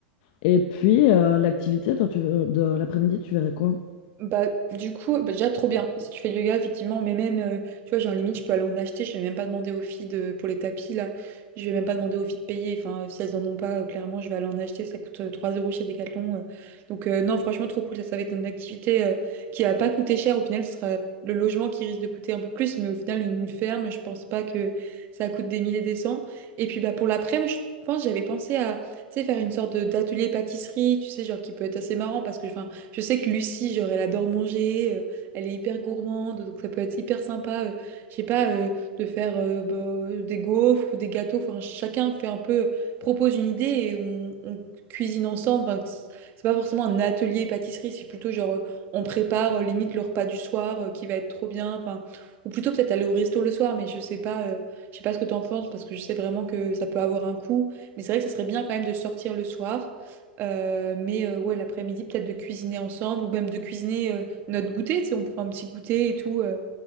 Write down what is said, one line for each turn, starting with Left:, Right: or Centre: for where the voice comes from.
Left: Et puis, euh, l'activité, toi, tu, euh, de l'après-midi, tu verrais quoi?
Right: Bah, du coup, bah, déjà trop bien si tu fais du yoga, effectivement, mais même, euh, tu vois, genre limite, je peux aller en acheter, je vais même pas demander aux filles de, pour les tapis là, je vais même pas demander aux filles de payer, enfin, si elles en ont pas, euh, clairement, je vais aller en acheter, ça coûte euh, 3 euros chez Decathlon. euh. Donc, euh, non, franchement, trop cool, ça, ça va être une activité euh, qui va pas coûter cher, au final, ce sera le logement qui risque de coûter un peu plus, mais au final, une ferme, je pense pas que ça coûte des milliers des cents. Et puis, bah, pour l'après-midi, je pense, j'avais pensé à, tu sais, faire une sorte de- d'atelier pâtisserie, tu sais, genre qui peut être assez marrant parce que, enfin, je sais que Lucie, genre, elle adore manger, euh, elle est hyper gourmande, donc ça peut être hyper sympa, euh, je sais pas, euh, de faire euh, bah, euh, des gaufres ou des gâteaux. Enfin, chacun fait un peu, propose une idée et on, on cuisine ensemble. Enfin, c- c'est pas forcément un atelier pâtisserie, c'est plutôt genre, euh, on prépare euh, limite le repas du soir euh, qui va être trop bien. Enfin, ou plutôt peut-être aller au resto le soir, mais je sais pas, euh, je sais pas ce que t'en penses parce que je sais vraiment que ça peut avoir un coût. Mais c'est vrai que ça serait bien quand même de sortir le soir. Euh, mais euh, ouais, l'après-midi, peut-être de cuisiner ensemble ou même de cuisiner euh, notre goûter. Tu sais, on prend un petit goûter et tout. euh.